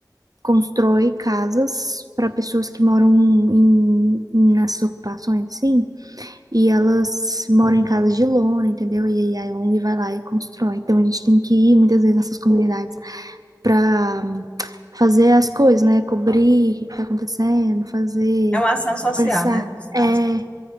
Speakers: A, on the right; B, on the left.
A: constrói casas para pessoas que moram em, em- nessas ocupações, sim, e elas moram em casas de lona, entendeu? E aí a ONG vai lá e constrói. Então a gente tem que ir muitas vezes nessas comunidades para fazer as coisas, né? Cobrir o que que tá acontecendo, fazer,
B: É uma ação social,
A: conversar.
B: né? Nos casos.
A: É,